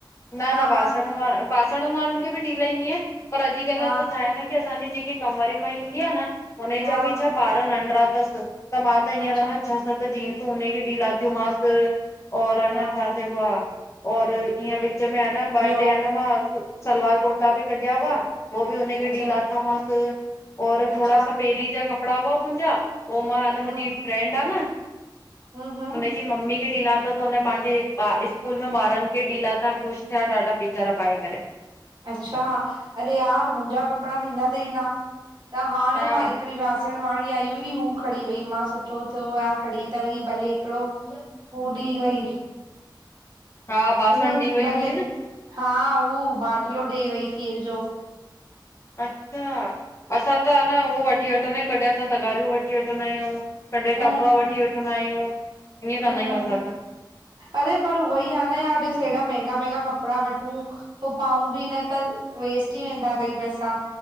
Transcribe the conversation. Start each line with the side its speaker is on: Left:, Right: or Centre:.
Left: न
Right: हा
Left: न बासण
Right: हा
Left: वारा बासण वारनि खे बि डढीलाईंदी बासड़न वारन
Right: हा
Left: खे बि डिदी आहियां, बासड़ण वारन बासण वारन खे बी ॾई लाएंदी आहियां, पर अॼुकल्ह त छा आहे न की असांजी जेकी कम वारी माई ईंदी आ न उन
Right: हा
Left: जा बि छा ॿार नंढरा तसि, त मां त हींअंर
Right: अच्छा
Left: न छ सत जींसु उनखे ॾई लाथियूं मास और हे
Right: हा
Left: न छा चइबो आ और ईअ विच में आ न ॿ
Right: ॿियो
Left: ट्रे न मां सलवार कुर्ता बि कढिया हुआ, उहे बि उनखे
Right: अच्छा
Left: ॾई लाथा मांस और
Right: अच्छा
Left: थोरा सा पहिरीं जा कपिड़ा हुआ मुंहिंजा उ मां आ मुंहिंजी
Right: हम्म
Left: फ्रेंड आ न
Right: हम्म हम्म
Left: कि मम्मी खे ॾई लाथा त हुन पांजे स्कूल में ॿारनि खे ॾई लाथा ख़ुश थिया ॾाढा वेचारा पाए करे।
Right: अच्छा अरे यार मुंजा कपिड़ा थींदा तई न त हाणे
Left: हा
Right: मां हिकिड़ी बासण वारी आई हुई हू खणी वई मां सुठो थियो यार खणी त वई भले हिकिड़ो हू ॾई वई
Left: हा बासण
Right: उह
Left: ॾी वई
Right: भले
Left: हूंदी न
Right: हा उहो बाटलो ॾेई वई खीर जो।
Left: अच्छा असां त हन उहो वठी वठंदा आहियूं, कॾहिं असां तगारियूं वठी वठंदा आहियूं कॾहिं
Right: हम्म
Left: टब वठी वठंदा आहियूं ईअं
Right: हम्म
Left: कंदा
Right: हम्म
Left: आहियूं असां त।
Right: अरे पर उह ई आ न यार ॾिस हेॾा महंगा मंहगा कपडा कपिड़ा वठूं पो पाऊं बि न त वेस्ट ई वेंदा तई पैसा।